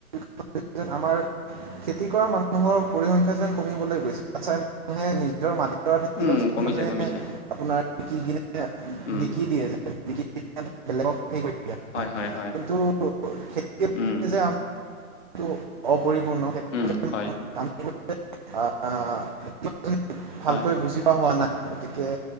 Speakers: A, on the right; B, on the left.
A: <unintelligible> আমাৰ খেতি কৰা মানুহৰ পৰিসংখ্যা যেন কমিবলৈ গৈছে <unintelligible> নিজৰ মাটিডৰা থাকিলেও
B: উম,
A: যেন
B: কমিছে,
A: মানুহে
B: কমিছে,
A: আপোনাৰ বিকি কিনে
B: উম,
A: বিকি দিয়ে যে <unintelligible> বেলেগক হেই
B: হয়, হয়, হয়,
A: কিন্তু খেতি <unintelligible>
B: উম,
A: অপৰিপূৰ্ণ <unintelligible>
B: উম, হয়, হয়,
A: ভালকৈ বুজি পা হোৱা নাই। গতিকে